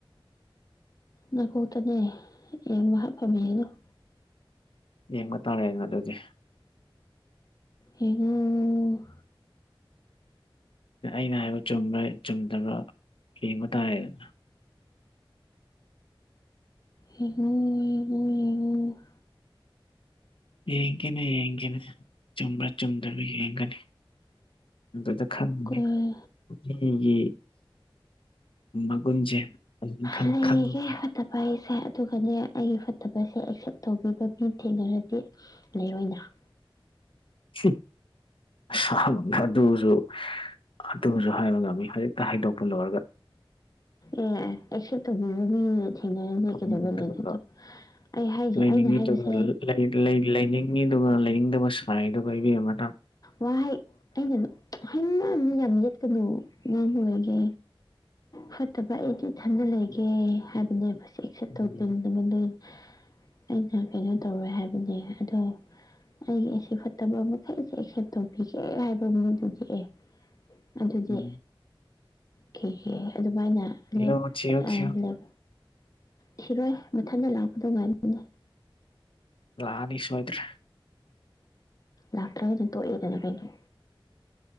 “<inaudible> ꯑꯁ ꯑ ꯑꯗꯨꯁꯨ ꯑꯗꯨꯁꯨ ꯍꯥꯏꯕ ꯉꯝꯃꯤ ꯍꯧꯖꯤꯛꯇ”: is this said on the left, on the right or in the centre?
Left